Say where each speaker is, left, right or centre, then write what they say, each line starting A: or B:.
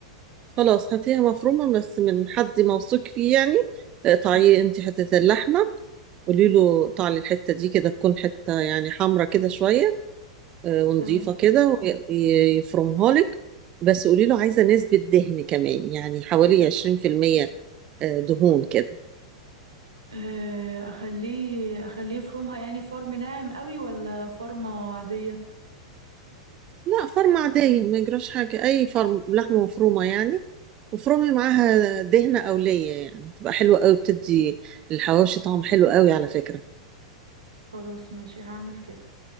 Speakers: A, on the right; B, on the right.
A: خلاص هاتيها مفرومه بس من حد موثوق فيه يعني اقطعي
B: مم.
A: انت حته اللحمه قولي له طعلي الحتة دي كده تكون حتة يعني حمرة كده شوية آه، ونضيفة
B: تمام
A: كده ويفرمها لك بس قولي له عايزة نسبة دهن كمان يعني حوالي 20% آه، دهون كده
B: آه، اخليه اخليه يفرمها يعني فرم ناعم قوي ولا فرمة عادية
A: لا فرمة عادية ما يجراش حاجة أي فرم لحمة مفرومة يعني وفرمي معاها دهنة أولية يعني تبقى حلوة قوي بتدي الحواوشي طعم حلو قوي على فكرة
B: خلاص ماشي هعمل كده